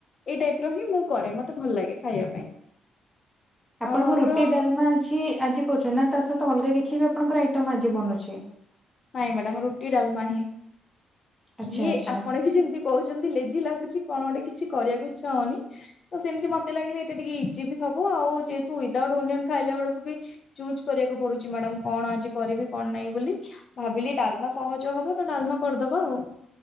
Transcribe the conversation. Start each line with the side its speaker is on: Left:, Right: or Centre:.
Left: ଏଇ ଟାଇପ୍ ର ହିଁ ମୁଁ କରେ ମତେ ଭଲ୍ ଲାଗେ ଖାଇବା ପାଇଁ।
Centre: ଆପଣଙ୍କର
Left: ଆଉ ଆମର
Centre: ରୁଟି ଡାଲ୍ମା ଅଛି ଆଜି କହୁଚନ୍ତି ନା ତା ସହିତ ଅଲଗା କିଛି ବି ଆପଣଙ୍କର ଆଇଟମ୍ ଆଜି ବନୁଚି?
Left: ନାଇଁ ମ୍ୟାଡ଼ାମ୍ ରୁଟି ଡାଲ୍ମା ହିଁ।
Centre: ଆଚ୍ଛା
Left: ଇଏ
Centre: ଆଚ୍ଛା
Left: ଆପଣ ବି ଯେମିତି କହୁଚନ୍ତି ଲେଜି ଲାଗୁଚି କଣ ଗୋଟେ କିଛି କରିବାକୁ ଇଚ୍ଛା ହଉନି। ତ ସେମିତି ମତେ ଲାଗିଲା ଏଇଟା ଟିକେ ଇଜି ବି ହବ ଆଉ ଯେହେତୁ ୱିଦାଉଟ୍ ଓନିଅନ୍ ଖାଇଲା ବେଳକୁ ବି ଚୁଜ୍ କରିବାକୁ ପଡୁଚି ମ୍ୟାଡାମ୍ କଣ ଆଜି କରିବି କଣ ନାହିଁ ବୋଲି ଭାବିଲି ଡାଲ୍ ମା ସହଜ ହବ ତ ଡାଲ୍ମା କରିଦବା ଆଉ।